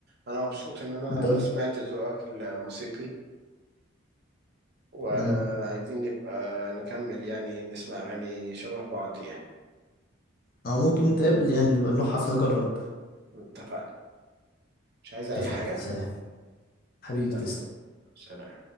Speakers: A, on the right; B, on the left.
A: أنا مبسوط إن أنا
B: انت قلت
A: سمعت ذوقك الموسيقي وعايزين
B: مم.
A: نبقى نكمل يعني نسمع أغاني شبه بعض يعني
B: او ممكن نتقابل يعني نبقى نروح حفله اجرب
A: اتفقنا مش عايز
B: اتفقنا
A: أي حاجة
B: سلام حبيبي
A: سلام
B: تسلم
A: سلام